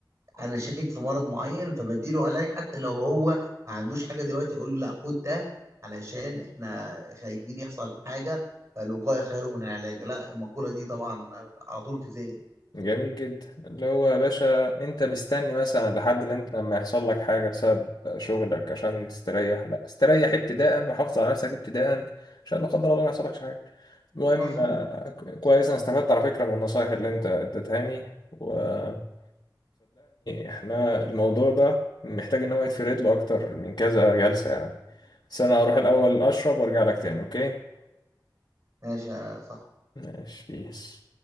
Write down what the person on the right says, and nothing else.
انا شاكك في مرض معين فبديله علاج حتى لو هو ما عندوش حاجه دلوقتي اقول له لا خد ده علشان احنا خايفين يحصل حاجه فالوقايه خير من العلاج لا المقوله دي طبعا على طول في ذهني
مظبوط
ماشي يا صاحبي